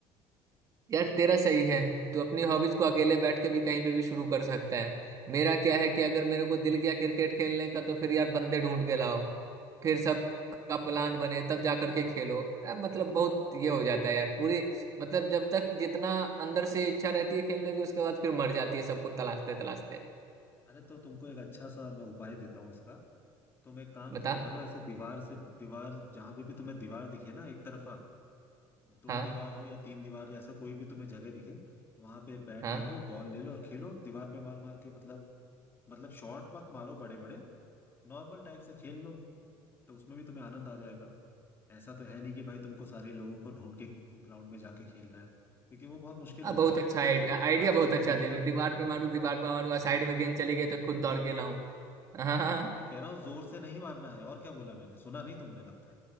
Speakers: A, on the right; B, on the left.
A: यार तेरा सही है तू अपनी हॉबीज को अकेले बैठ के भी कहीं पे भी शुरू कर सकता है मेरा क्या है कि अगर मेरे को दिल किया क्रिकेट खेलने का तो फिर यार बंदे ढूंढ के लाओ फिर सब का प्लान बने तब जा करके खेलो यार मतलब बहुत ये हो जाता है यार पूरी मतलब जब तक जितना अंदर से इच्छा रहती है खेलने की उसके बाद फिर मर जाती है सबको तलाशते तलाशते
B: अरे तो तुमको एक अच्छा सा मैं उपाय देता हूँ इसका तुम एक काम
A: बता
B: किया करो ऐसे दीवार से दीवार जहां पे भी तुम्हें दीवार दिखे ना एक तरफा दो
A: हाँ
B: दीवार हो या तीन दीवार ऐसा कोई भी तुम्हें जगह दिखे वहां पे बैट
A: हाँ
B: ले लो बॉल ले लो और खेलो दीवार पे मार मार के मतलब मतलब शॉट मत मारो बड़े बड़े नॉर्मल टाइप से खेल लो तो उसमें भी तुम्हें आनंद आ जाएगा ऐसा तो है नहीं कि भाई तुमको सारे लोगों को ढूंढ के ग्राउंड में जाके खेलना है क्योंकि वो बहुत मुश्किल
A: हाँ
B: होता
A: बहुत
B: है
A: अच्छा आइडिया आइडिया
B: आजकल
A: बहुत
B: की
A: अच्छा
B: दुनिया
A: दे रहे
B: में
A: हो दीवार
B: हम्म,
A: पे मारू दीवार पे मारू साइड में गेंद चली गई तो खुद दौड़ के लाऊं हाँ
B: तो वही तो मैं कह रहा हूँ जोर से नहीं मारना है और क्या बोला मैंने सुना नहीं तुमने लगता है